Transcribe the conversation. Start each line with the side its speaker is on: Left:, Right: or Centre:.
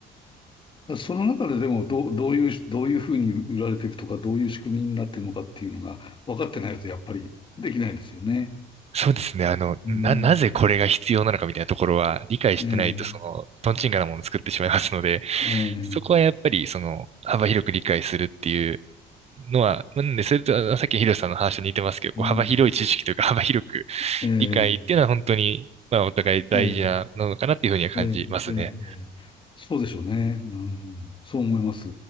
Left: ん。その中ででも、どう、どういう、どういうふうに売られていくとか、どういう仕組みになっているのかっていうのが分かってないと、やっぱりできないですよね。
Right: そうですね。あの、
Left: うん、
Right: な、なぜこれが必要なのかみたいなところは理解してないと、
Left: ええ、
Right: その、トンチンカンなものを作ってしまいますので、
Left: ええ、
Right: そこはやっぱり、その、幅広く理解するっていうのは、なんで、それと、あのさっきのヒロさんの話と似てますけど、こう幅広い知識というか、
Left: うん、
Right: <laughs> 幅広く
Left: ええ、
Right: 理解っていうのは本当に、まあ、お互い大事なのかなっていうふうには感じますね。
Left: ええ、ええ、ええ、ええそうでしょうね。うん、そう思います。